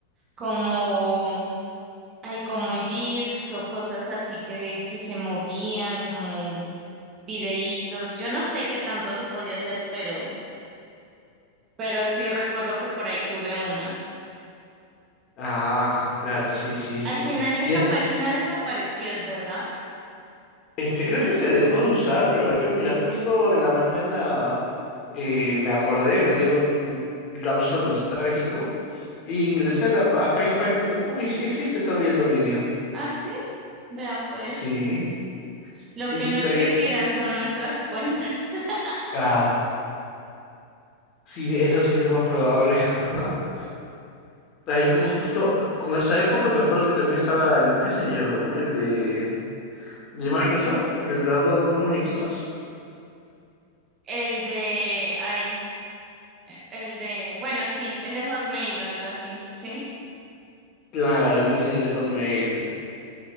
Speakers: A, on the right; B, on the left.
A: como, ay, como GIFs o cosas así que, que se movían, como videitos. Yo no sé qué tanto se podía hacer, pero. pero sí recuerdo que por ahí tuve uno.
B: Ah, claro, sí, sí, sí.
A: Al final esa
B: Y es-
A: página desapareció, ¿verdad?
B: este, creo que se dejó de usar, pero yo, mira, justo en la mañana eh, me acordé, me dio un lapso nostálgico y ingresé a, la, a hi-fi.com y sí existe todavía el dominio.
A: Ah, sí. Vea pues.
B: Sí,
A: Lo
B: sí,
A: que
B: sí,
A: no
B: todavía.
A: existirán son nuestras cuentas. <laughs>
B: Ah, sí, eso sí es lo más probable. <laughs> Ahí con
A: Y
B: justo, con esa época me acuerdo que también estaba el Messenger, ¿no? El de... ¿De Microsoft? ¿El de los dos, dos muñequitos?
A: El de, ay, el de, bueno, sí, el de Hotmail o algo así, ¿sí?
B: Claro, el Messenger de Hotmail.